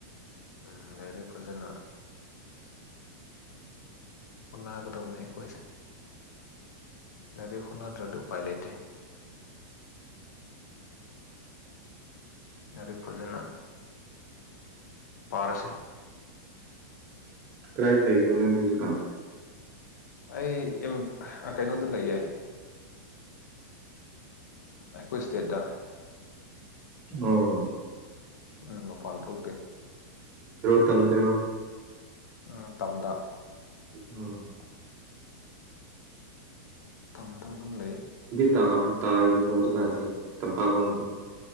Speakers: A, on the left; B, on the right.
A: ꯎꯝ ꯂꯩꯔꯤ ꯐꯖꯅ ꯎꯅꯥꯒꯗꯣꯕꯅꯦ ꯑꯈꯣꯏꯁꯦ ꯂꯥꯏꯔꯤꯛ ꯍꯣꯠꯅꯗ꯭ꯔꯗꯤ ꯎꯄꯥꯏ ꯂꯩꯇꯦ ꯂꯥꯏꯔꯤꯛ ꯐꯖꯅ ꯄꯥꯔꯁꯤ
B: ꯀꯔꯥꯏꯗ ꯂꯩꯕꯔꯣ ꯅꯪꯗꯤ ꯍꯧꯖꯤꯛ ꯀꯥꯟ
A: ꯑꯩ ꯀꯩꯅꯣꯗ ꯂꯩꯌꯦ ꯑꯩꯈꯣꯏ ꯏꯁꯇꯦꯠꯇ
B: ꯑꯣ
A: ꯎꯝ ꯃꯄꯥꯟ ꯊꯣꯛꯇꯦ
B: ꯇꯝꯗ꯭ꯔꯣ
A: ꯎ ꯇꯝꯗ
B: ꯎꯝ
A: ꯇꯝꯗ ꯑꯗꯨꯝ ꯂꯩ
B: ꯇꯥ ꯇꯥꯔꯤꯕꯔꯣ ꯍꯧꯀꯥꯟꯁꯤ ꯇꯝꯄꯥꯛꯂꯣꯝꯗꯤ